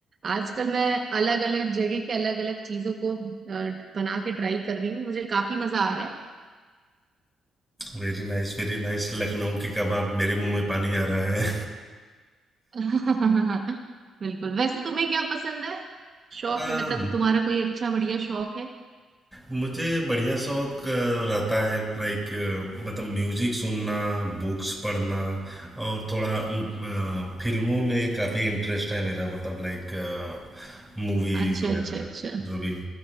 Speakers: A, on the right; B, in the centre.
A: आजकल मैं अलग अलग जगह के अलग अलग चीजों को अ, बना के ट्राई कर रही हूँ मुझे काफी मजा आ रहा है
B: Very nice very nice Lucknow के कबाब मेरे मुंह में पानी आ रहा है
A: <laughs> बिल्कुल वैसे तुम्हें क्या पसंद है शौक
B: <laughs> आ,
A: में मतलब तुम्हारा कोई अच्छा बढ़िया शौक है
B: मुझे बढ़िया शौक अ, रहता है लाइक मतलब म्यूजिक सुनना बुक्स पढ़ना और थोड़ा म, अ, फिल्मों में काफ़ी इंटरेस्ट है मेरा मतलब लाइक मूवीज
A: अच्छा
B: वगैरह
A: अच्छा अच्छा
B: जो भी